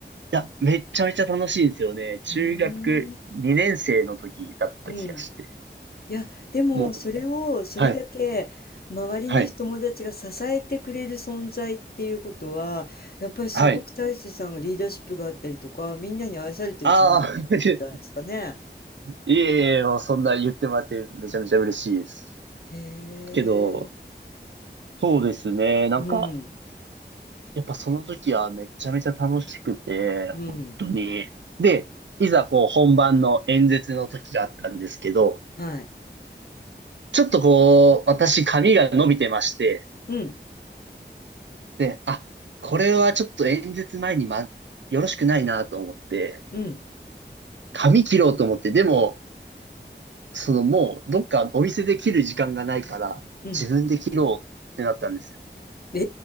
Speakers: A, on the right; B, on the left.
A: や、めっちゃめちゃ楽しいんですよね。中学2年生の時だった気がして。
B: うーん。うん。いや、でもそれをそれだけ周りの友達が支えてくれる存在っていうことは、
A: もう、はい、はい、
B: やっぱりすごく大勢さんがリーダーシップがあったりとか、
A: はい。
B: みんなに愛されてる存在だったんじゃないですかね。
A: ああ、<laughs> いえいえ、もうそんな言ってもらってめちゃめちゃ嬉しいです。
B: へえ。
A: けど、そうですね。なんか、
B: うん、
A: やっぱその時はめちゃめちゃ楽しくて、
B: うん、
A: 本当に。で、いざこう本番の演説の時があったんですけど、
B: はい。
A: ちょっとこう、私髪が伸びてまして、
B: うん、
A: で、あ、これはちょっと演説前にま、よろしくないなと思って、
B: うん、
A: 髪切ろうと思って、でも、そのもうどっかお店で切る時間がないから、
B: うん。
A: 自分で切ろうってなったんですよ。
B: え、